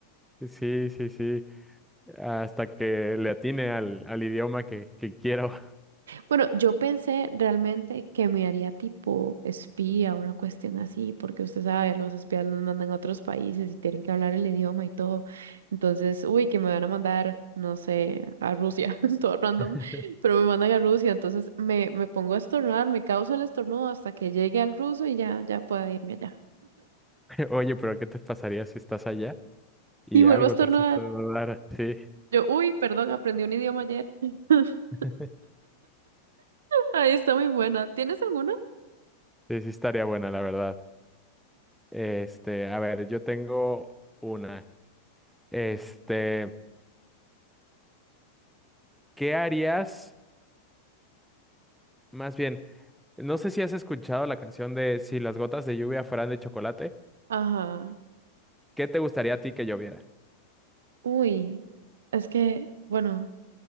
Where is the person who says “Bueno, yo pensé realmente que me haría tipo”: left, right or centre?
Right